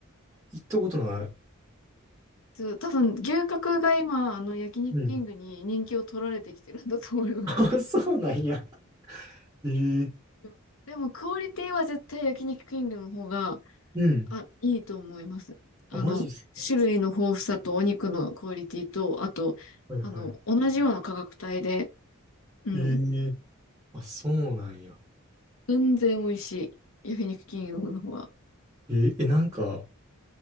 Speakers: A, on the right; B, on the left.
A: 行ったことない。
B: そう多分、牛角が今、あの、焼肉キングに人気を取られてきてるんだと思います。
A: うん。<laughs>
B: うん
A: あ、そうなんや。ええ
B: <laughs> でも、クオリティは絶対焼肉キングの方が、
A: うん。
B: あ、いいと思います。あの、
A: あ、マジっすか。
B: 種類の豊富さとお肉のクオリティと、あと、
A: はいは
B: あの、同じような価格帯で、うん、
A: い。ええあ、そうなんや。
B: 全然美味しい。焼肉キングの方が。
A: え、え、なんか、